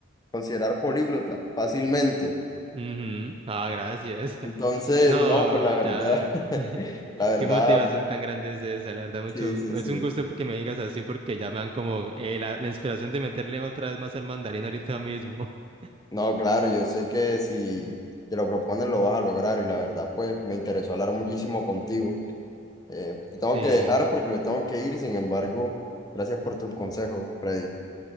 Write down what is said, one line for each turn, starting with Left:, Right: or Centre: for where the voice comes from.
Left: considerar políglota fácilmente.
Right: Ujú. Ah, gracias. <laughs>
Left: Entonces,
Right: No,
Left: no, pues la
Right: ya.
Left: verdad, <laughs>
Right: <laughs>
Left: la verdad,
Right: Qué motivación tan grande es esa, la verdad, mucho.
Left: sí, sí,
Right: Es
Left: sí.
Right: un gusto que me digas así porque ya me dan como eh, la, la inspiración de meterle otra vez más al mandarín ahorita mismo. <laughs>
Left: No, claro, yo sé que si te lo propones lo vas a lograr y la verdad, pues me interesó hablar muchísimo contigo. Eh, te tengo
Right: Sí,
Left: que dejar porque me tengo que ir, sin embargo, gracias por tus consejos, Freddy.